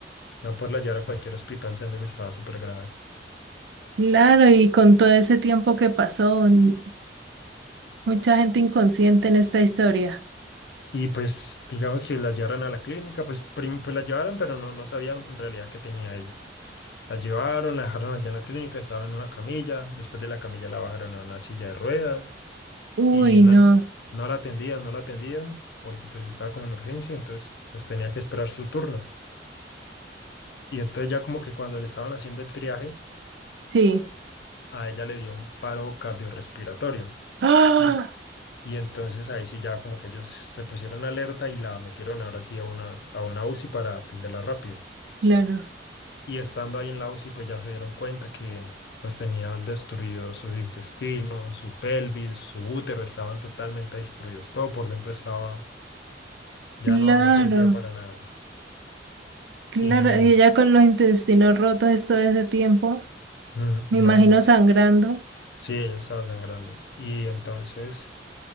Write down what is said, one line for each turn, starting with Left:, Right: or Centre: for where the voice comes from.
Left: no poderla llevar a cualquier hospital siendo que estaba súper grave.
Right: Claro, y con todo ese tiempo que pasó, n- mucha gente inconsciente en esta historia.
Left: Y pues digamos que la llevaron a la clínica, pues, prim- pues la llevaron, pero no, no sabían en realidad qué tenía ella. La llevaron, la dejaron allá en la clínica, estaba en una camilla, después de la camilla la bajaron a una silla de ruedas
Right: Uy,
Left: y
Right: no,
Left: no, no la atendían, no la atendían porque pues estaba como en urgencia, entonces pues tenía que esperar su turno. Y entonces ya como que cuando le estaban haciendo el triaje,
Right: sí.
Left: a ella le dio un paro cardiorrespiratorio
Right: Ah,
Left: y, y entonces ahí sí ya como que ellos se pusieron alerta y la metieron ahora sí a una, a una UCI para atenderla rápido.
Right: claro,
Left: Y estando ahí en la UCI, pues ya se dieron cuenta que pues tenía destruidos sus intestinos, su pelvis, su útero, estaban totalmente destruidos. Todo por dentro estaba, ya
Right: claro,
Left: no, no servía para nada.
Right: claro.
Left: Y
Right: Y ella con los intestinos rotos todo ese tiempo,
Left: mm,
Right: me
Left: imagínense,
Right: imagino sangrando.
Left: sí, ella estaba sangrando. Y entonces